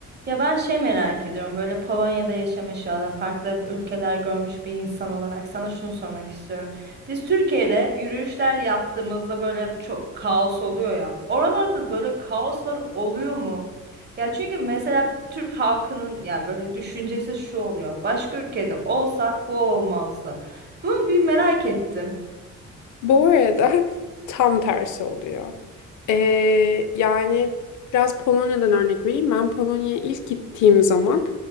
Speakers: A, on the right (about 35°); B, on the left (about 75°).
A: Ya ben şey merak ediyorum böyle Polonya'da yaşamış ya da farklı ülkeler görmüş bir insan olarak sana şunu sormak istiyorum. Biz Türkiye'de yürüyüşler yaptığımızda böyle çok kaos oluyor ya. Oralarda da böyle kaoslar oluyor mu? Ya çünkü mesela Türk halkının ya böyle düşüncesi şu oluyor. Başka ülkede olsa bu olmazdı. Bunu bir merak ettim.
B: Bu arada <laughs> tam tersi oluyor. Ee, yani biraz Polonya'dan örnek vereyim. Ben Polonya'ya ilk gittiğim zaman